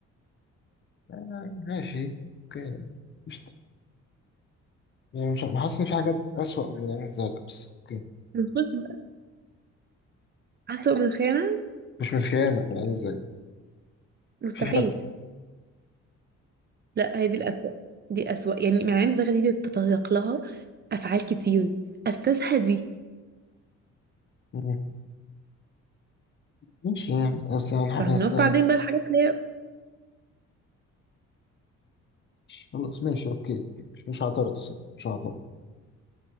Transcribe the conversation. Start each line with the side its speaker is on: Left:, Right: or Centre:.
Left: آه، ماشي اوكي مش يعني مش حاسس ان في حاجات اسوأ من العين الزرقاء بس اوكي
Right: نخش بقى أسوأ من الخيانة
Left: مش من الخيانة من العين الزرقاء
Right: مستحيل
Left: في فرق
Right: لا هي دي الأسوأ دي أسوأ يعني مع عين زغ دي بيتطرق لها أفعال كتير أساسها دي
Left: مم. ماشي يعني بس يعني
Right: فهنروح
Left: بس يعني
Right: بعدين بقى الحاجات اللي هي
Left: مش- خلاص ماشي اوكي مش مش هعترض الصراحة، مش هعترض